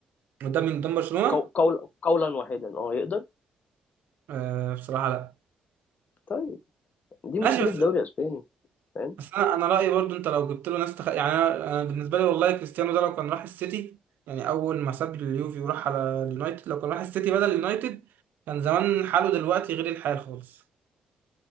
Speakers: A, on the right; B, on the left.
A: وده من قدام برشلونه
B: قو- قول قولا واحدا اه يقدر
A: آه بصراحه لا
B: طيب دي
A: ماشي
B: مشكله
A: بس
B: الدوري الاسباني فاهم
A: بس انا انا رايي برضو انت لو جبت له ناس تخ... يعني انا أنا بالنسبه لي والله كريستيانو ده لو كان راح السيتي يعني اول ما ساب اليوفي وراح على اليونايتد لو كان راح السيتي بدل اليونايتد كان زمان حاله دلوقتي غير الحال خالص